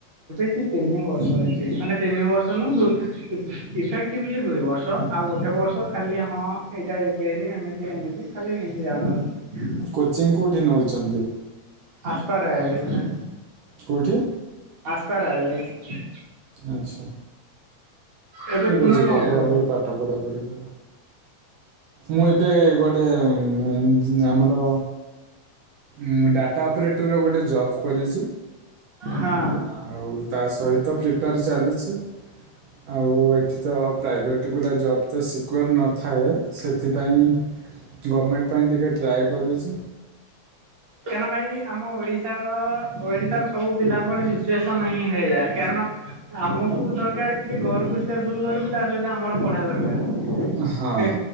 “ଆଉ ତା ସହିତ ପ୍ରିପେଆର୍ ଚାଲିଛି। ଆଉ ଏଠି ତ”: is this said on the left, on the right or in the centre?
Right